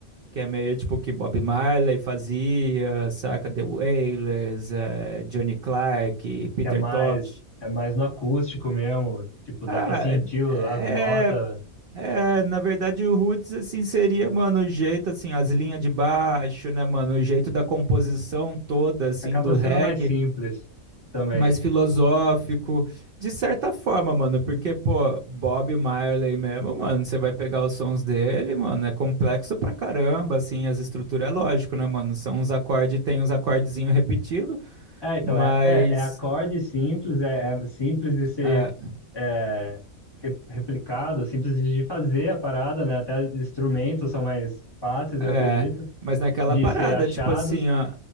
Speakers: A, on the right; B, on the left.
A: que é meio tipo o que Bob Marley fazia, saca? The Wailers, eh, Johnny Clark, Peter
B: que é mais,
A: Tosh.
B: é mais no acústico mesmo, tipo,
A: Ah,
B: dá pra sentir o-
A: é,
B: as notas,
A: é, na verdade o roots assim seria, mano, o jeito assim, as linhas de baixo, né, mano, o jeito da composição toda assim
B: acaba
A: do
B: sendo
A: reggae,
B: mais simples também.
A: mais filosófico, de certa forma, mano, porque pô, Bob Marley mesmo, mano, você vai pegar os sons dele, mano, é complexo pra caramba, assim, as estruturas é lógico, né, mano, são uns acordes, tem uns acordezinho repetido,
B: É, então,
A: mas
B: é, é, é acorde simples, é, é simples de ser
A: é,
B: é, re- replicado, simples de de fazer a parada, né? Até instrumentos são mais fáceis,
A: é,
B: eu acredito,
A: mas naquela
B: de
A: parada,
B: ser achados,
A: tipo assim, ó,